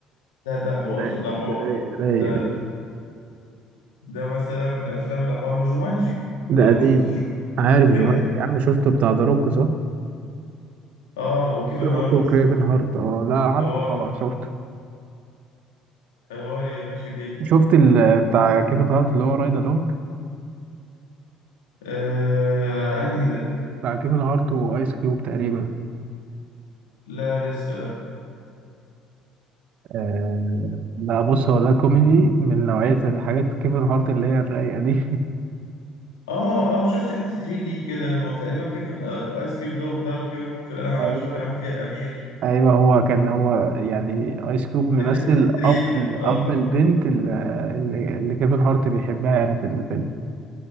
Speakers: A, on the left; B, on the right.
A: ده ده حوار
B: رايق
A: ده حوار
B: رايق رايق
A: ده,
B: رايق.
A: ده مثلا من الافلام اللي حوار وجومانجي
B: ده
A: لو
B: قديم
A: ما شفتش جومانجي
B: عارف
A: ده فايتك
B: جومانجي يا عم شفته بتاع ذا روك صح؟
A: اه وكيفن
B: ذا روك
A: هارت
B: وكريفن هارت اه لا عارفه
A: حوار
B: طبعا شفته
A: حوار يا باشا جدا
B: شفت ال بتاع كيفن هارت اللي هو رايد الونج
A: آه... انهي ده
B: بتاع كيفن هارت وايس كيوب تقريبا
A: لا لسه لا.
B: آه لا بص هو ده كوميدي من نوعية الحاجات كيفن هارت اللي هي الرايقة دي
A: اه اه شفت حته ريل ليه كده لما تقريبا كيفن آه... ايس كيوب ضرب ضرب كيفن هارت
B: <laughs>
A: بالقلم على
B: ايوه
A: وشه كان عامل فيها امير
B: ايوه هو كان هو يعني ايس كيوب ممثل
A: ده كانت حتة ريل
B: اب
A: كده
B: ال-
A: اه
B: اب البنت اللي, اللي كيفن هارت بيحبها يعني في الفيلم